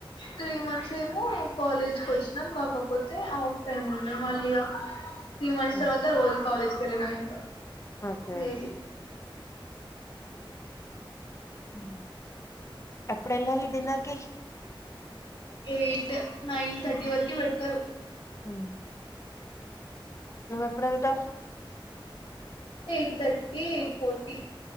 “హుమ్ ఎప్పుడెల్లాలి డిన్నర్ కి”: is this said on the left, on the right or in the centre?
Left